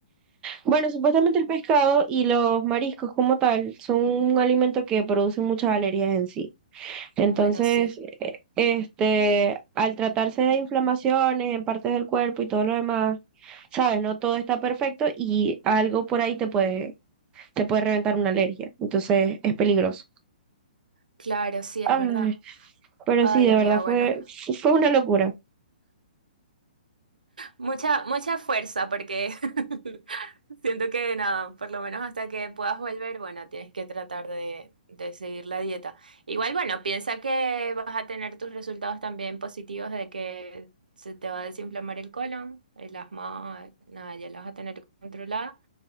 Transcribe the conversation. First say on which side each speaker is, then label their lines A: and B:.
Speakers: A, on the right (about 20°); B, on the right (about 70°).
A: Bueno, supuestamente el pescado y los mariscos como tal son un alimento que produce muchas alergias en sí. Entonces,
B: Bueno, sí,
A: eh, este, al tratarse de inflamaciones en partes del cuerpo y todo lo demás, sabes, no todo está perfecto y algo por ahí te puede, te puede reventar una alergia. Entonces, es peligroso.
B: claro, sí, es
A: Ay,
B: verdad.
A: pero
B: Ay,
A: sí, de
B: amiga,
A: verdad
B: bueno,
A: fue, fue una locura.
B: Mucha, mucha fuerza, porque <laughs> siento que nada, por lo menos hasta que puedas volver, bueno, tienes que tratar de, de seguir la dieta. Igual, bueno, piensa que vas a tener tus resultados también positivos de que se te va a desinflamar el colon, el asma, nada, ya lo vas a tener controlada.